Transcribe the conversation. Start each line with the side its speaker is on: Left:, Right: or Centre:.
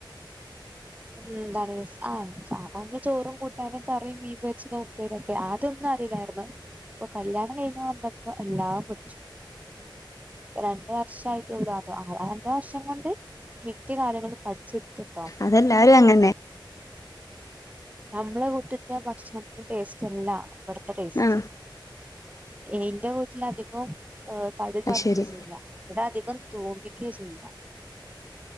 Right: ഉം എന്താറ്യോസ് ആഹ് സാധാരണ ചോറും കൂട്ടാനും കറിയും മീൻ പൊരിച്ചത് ഉപ്പേരിയൊക്കെ ആ ഇതൊന്നു അറീലായിരുന്നു ഇപ്പൊ കല്യാണം കഴിഞ്ഞ് വന്നപ്പോ എല്ലാം പടിച്ചു. രണ്ട് വർഷായിട്ടുള്ളു അവിടെ. ആ രണ്ട് വർഷം കൊണ്ട് മിക്ക കാര്യങ്ങളും പഠിച്ചെടുത്തു. ട്ടോ
Left: അതെല്ലാരും അങ്ങനെ
Right: നമ്മള് വീട്ടിത്തെ ഭക്ഷണത്തിൻ്റെ ടേസ്റ്റ് അല്ല, ഇവിടുത്തെ ടേസ്റ്റ്
Left: ആ
Right: എന്റെ വീട്ടില് അധികം കടുക്
Left: അത്
Right: വറുക്കുകയാ
Left: ശരി
Right: ചെയ്യുക ഇവിടെ അധികവും തോരൻ വെക്കുകയാ ചെയ്യുക.